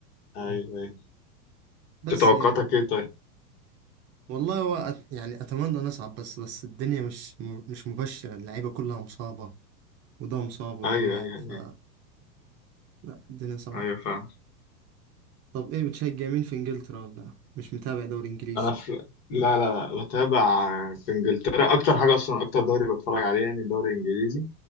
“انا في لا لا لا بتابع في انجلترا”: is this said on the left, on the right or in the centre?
Left